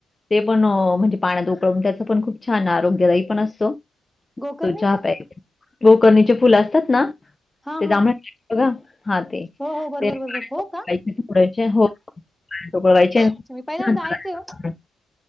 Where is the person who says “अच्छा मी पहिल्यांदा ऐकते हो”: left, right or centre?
Centre